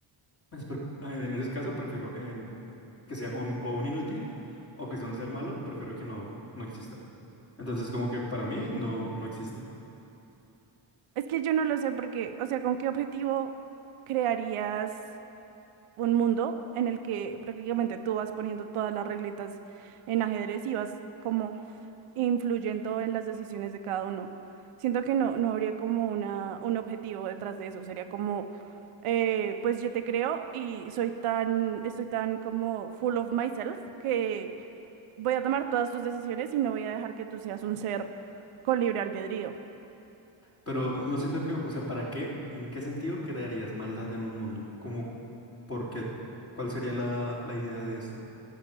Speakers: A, on the left; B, on the right.
A: Es pre- eh, En ese caso prefiero en que sea un, o un inútil o que sea un ser malo, prefiero que no, no exista. Entonces como que para mí no, no existe.
B: Es que yo no lo sé porque, o sea, ¿con qué objetivo crearías un mundo en el que prácticamente tú vas poniendo todas las reglitas en ajedrez y vas como influyendo en las decisiones de cada uno? Siento que no, no habría como una, un objetivo detrás de eso, sería como, eh, pues yo te creo y soy tan, estoy tan como full of myself que Voy a tomar todas tus decisiones y no voy a dejar que tú seas un ser con libre albedrío.
A: Pero no siento que, o sea, ¿para qué? ¿En qué sentido crearías maldad en un mundo? Como, ¿por qué? ¿Cuál sería la, la idea de esto?